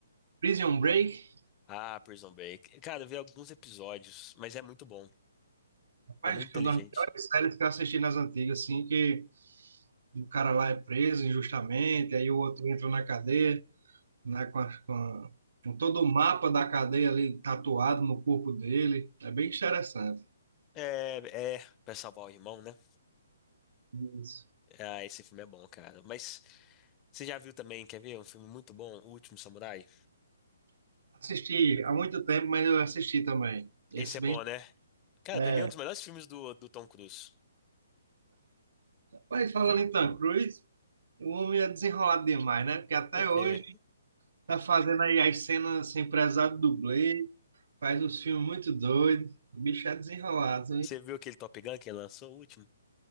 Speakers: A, on the right; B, on the left.
A: Prison Break
B: Ah, Prison Break. Cara, eu vi alguns episódios, mas é muito bom. É
A: Mas
B: muito
A: que
B: inteligente.
A: é uma das melhores séries que eu assisti nas antigas, assim, que o cara lá é preso injustamente, aí o outro entra na cadeia, né, com, as- com, a- com todo o mapa da cadeia ali tatuado no corpo dele. É bem interessante.
B: É, é, pra salvar o irmão, né?
A: Isso.
B: Ah, esse filme é bom, cara. Mas você já viu também, quer ver? Um filme muito bom, O Último Samurai?
A: Assisti há muito tempo, mas eu assisti também. Esse
B: Esse é bom,
A: bem.
B: né? Cara,
A: É.
B: pra mim é um dos melhores filmes do, do Tom Cruise.
A: Mas falando em Tom Cruise, o homem é desenrolado demais, né? Porque até
B: Por quê?
A: hoje tá fazendo aí as cenas sem prezar do dublê, faz uns filmes muito doidos. O bicho é desenrolado,
B: Você viu aquele Top Gun que ele lançou, o último?